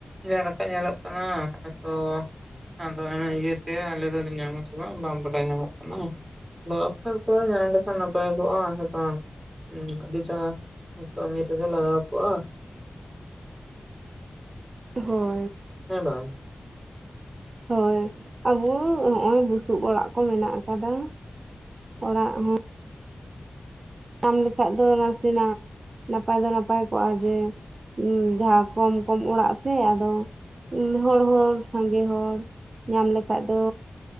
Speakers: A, on the right; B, on the right.
A: ᱡᱟᱦᱟᱸ ᱞᱮᱠᱟ ᱧᱮᱞᱚᱜ ᱠᱟᱱᱟ ᱦᱚᱭ ᱛᱚ ᱾ ᱟᱫᱚ ᱤᱭᱟᱹᱛᱮ ᱟᱞᱮ ᱫᱚᱞᱮ ᱧᱟᱢᱟ ᱥᱮ ᱵᱟᱝ ᱵᱟᱰᱟᱭ ᱧᱟᱢᱚᱜ ᱠᱟᱱᱟ ᱾ ᱟᱫᱚ ᱟᱯᱱᱟᱨ ᱠᱚ ᱧᱟᱢ ᱞᱮᱠᱷᱟᱱ ᱱᱟᱯᱟᱭ ᱠᱚᱜᱼᱟ ᱦᱮᱸ ᱥᱮ ᱵᱟᱝ ᱦᱩᱸ ᱟᱹᱰᱤ ᱡᱟᱦᱟᱸ ᱠᱟᱹᱢᱤ ᱨᱮᱜᱮ ᱞᱟᱜᱟᱣ ᱠᱚᱣᱟ ᱾
B: ᱦᱚᱸ
A: ᱦᱮ ᱵᱟᱝ?
B: ᱦᱳᱭ ᱟᱵᱚ ᱱᱚᱜᱼᱚᱭ ᱵᱩᱥᱩᱵ ᱚᱲᱟᱜ ᱠᱚ ᱢᱮᱱᱟᱜ ᱟᱠᱟᱫᱟ ᱚᱲᱟᱜ ᱦᱚᱸ ᱧᱟᱢ ᱞᱮᱠᱷᱟᱡ ᱫᱚ ᱱᱟᱥᱮᱱᱟᱜ ᱱᱟᱯᱟᱭ ᱫᱚ ᱱᱟᱯᱟᱭ ᱠᱚᱜᱼᱟ ᱡᱮ ᱡᱟᱦᱟᱸ ᱠᱚᱢ, ᱠᱚᱢ ᱚᱲᱟᱜ ᱥᱮ ᱟᱫᱚ ᱦᱚᱸ ᱦᱚᱲ ᱦᱚᱸ ᱥᱟᱸᱜᱮ ᱦᱚᱲ ᱧᱟᱢ ᱞᱮᱠᱷᱟᱡ ᱫᱚ